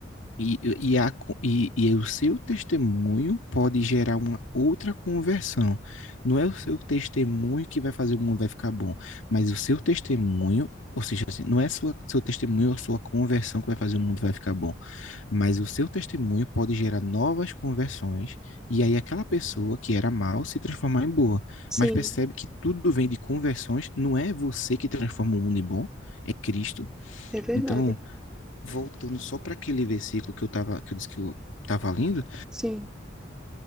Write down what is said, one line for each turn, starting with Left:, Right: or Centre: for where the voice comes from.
Left: e, e, a, co- e, e o seu testemunho pode gerar uma outra conversão. Não é o seu testemunho que vai fazer o mundo vai ficar bom, mas o seu testemunho, ou seja, assim, não é sua, seu testemunho ou sua conversão que vai fazer o mundo vai ficar bom, mas o seu testemunho pode gerar novas conversões, e aí aquela pessoa que era mal se transformar em boa.
Centre: Sim,
Left: Mas percebe que tudo vem de conversões, não é você que transforma o mundo em bom, é Cristo.
Centre: é verdade.
Left: Então. voltando só para aquele versículo que eu tava, que eu disse que eu tava lendo,
Centre: Sim,